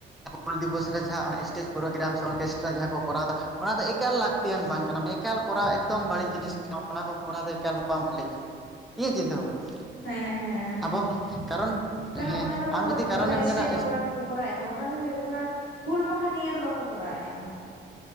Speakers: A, in the centre; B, on the left.
A: ᱦᱩᱞ ᱫᱤᱵᱚᱥ ᱨᱮ ᱡᱟᱦᱟᱸ ᱚᱱᱟ ᱮᱥᱴᱮᱡᱽ ᱯᱨᱳᱜᱨᱟᱢ ᱥᱮ ᱚᱨᱠᱮᱥᱴᱨᱟ ᱡᱟᱦᱟᱸ ᱠᱚ ᱠᱚᱨᱟᱣᱫᱟ ᱚᱱᱟ ᱫᱚ ᱮᱠᱟᱞ ᱞᱟᱹᱠᱛᱤᱭᱟᱱ ᱵᱟᱝ ᱠᱟᱱᱟ ᱮᱠᱟᱞ ᱠᱚᱨᱟᱣ ᱮᱠᱫᱚᱢ ᱵᱟᱹᱲᱤᱡ ᱡᱤᱱᱤᱥ ᱠᱟᱱᱟ ᱚᱱᱟ ᱠᱚ ᱠᱚᱨᱟᱣ ᱫᱚ ᱮᱠᱟᱞ ᱵᱟᱝ ᱵᱷᱟᱹᱞᱤᱜ-ᱟ᱾ ᱤᱧᱟᱹᱜ ᱪᱤᱱᱛᱟᱹ ᱵᱷᱟᱵᱚᱱᱟ
B: ᱦᱮᱸ ᱦᱮᱸ
A: ᱟᱵᱚ ᱠᱟᱨᱚᱱ
B: ᱠᱟᱨᱚᱱ
A: ᱦᱮᱸ
B: ᱚᱱᱟ ᱫᱚ
A: ᱟᱢ ᱡᱩᱫᱤ ᱠᱟᱨᱚᱱᱮᱢ
B: ᱚᱱᱮ ᱮᱥᱴᱮᱡᱽ
A: ᱧᱮᱞᱟ
B: ᱯᱨᱳᱜᱨᱟᱢ ᱠᱚᱠᱚ ᱠᱚᱨᱟᱣ ᱮᱫ ᱫᱚ ᱚᱱᱟ ᱫᱚ ᱦᱩᱭᱩᱜ ᱠᱟᱱᱟ ᱦᱩᱞ ᱢᱟᱦᱟ ᱱᱤᱭᱟᱹ ᱫᱚ ᱵᱟᱠᱚ ᱠᱚᱨᱟᱣᱮᱜ-ᱟ᱾